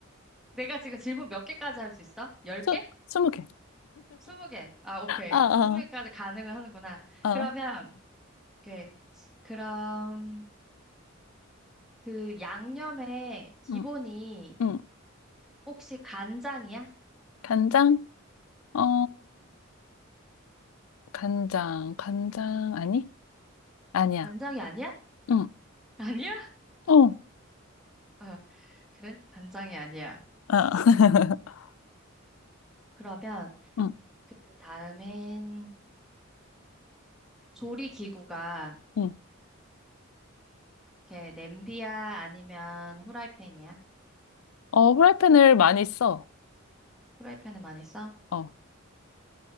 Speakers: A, in the centre; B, on the left (about 85°).
A: 내가 지금 질문 몇 개까지 할 수 있어? 10개?
B: 스, 스무 개.
A: 20개? 아, 오케이.
B: 아, 아,
A: 20개까지 가능을 하는구나.
B: 아.
A: 그러면, 오케이. 그럼 그 양념의 기본이
B: 응, 응.
A: 혹시 간장이야?
B: 간장? 어, 간장, 간장, 아니? 아니야.
A: 간장이 아니야?
B: 응.
A: <laughs> 아니야?
B: 어,
A: 아, 그래? 간장이 아니야.
B: 아. <laughs>
A: 그러면
B: 응,
A: 그 다음엔 조리 기구가
B: 응.
A: 이렇게 냄비야 아니면 후라이팬이야?
B: 어, 후라이팬을 많이 써.
A: 후라이팬을 많이 써?
B: 어,